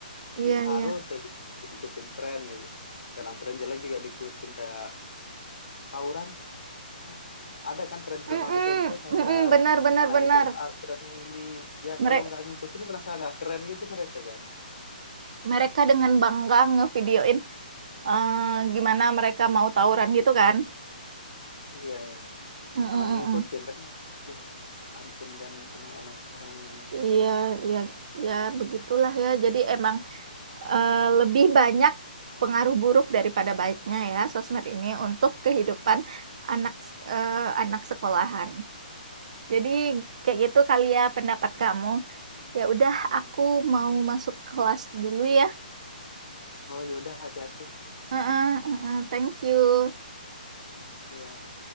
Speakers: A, on the left; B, on the right.
A: jadi
B: Iya, iya.
A: harus aja ikutin tren gitu kadang tren jelek juga diikutin kayak tawuran Ya, ada kan tren-tren
B: Mm-mm.
A: anak SMP tawuran
B: Mm-mm. Benar, benar,
A: anak
B: benar.
A: SMA trennya ini ya
B: Mereka
A: kalau nggak ngikutin merasa nggak keren gitu mereka kan
B: mereka dengan bangga ngevideoin eh, gimana mereka mau tawuran gitu kan.
A: iya ya
B: Mm-mm,
A: sama lagi
B: mm-mm.
A: ngikutin karena ih ampun kan anak-anak sekarang ini
B: Iya, ya, ya begitulah ya. Jadi emang eh, lebih banyak pengaruh buruk daripada baiknya ya sosmed ini untuk
A: Iya.
B: kehidupan anak eh, anak sekolahan. Jadi kayak gitu kali ya pendapat kamu. Ya udah,
A: hmm.
B: aku mau masuk kelas dulu ya.
A: oh yaudah hati-hati
B: Heeh, heeh, thank you.
A: Iya.